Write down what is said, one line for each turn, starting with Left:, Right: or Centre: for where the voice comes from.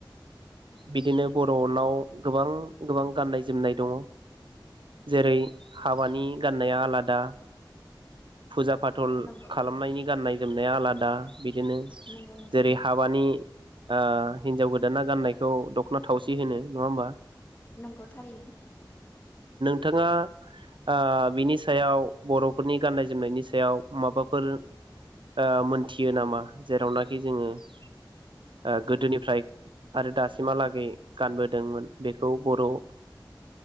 Right: बिदिनो बर'नाव गोबां गोबां गाननाय जोमनाय दङ जेरै हाबानि गाननाया आलादा फुजा फाथल
Left: नंगौ
Right: खालामनायनि गाननाय जोमनाया आला दा बिदिनो
Left: नंगौ नोंथां
Right: जेरै हाबानि ओ हिनजाव गोदाना गाननायखौ दख'ना थावसि होनो नङा होमबा??
Left: नंगौ थारैनो
Right: थाङा ओ बिनि सायाव बर'फोरनि- गाननाय जोमनायनि सायाव माबाफोर ओ मोनथियो नामा जेरावनाखि जोङो ओ गोदोनिफ्राय आरो दासिमहालागै गानबोदोंमोन बेखौ बर' ओ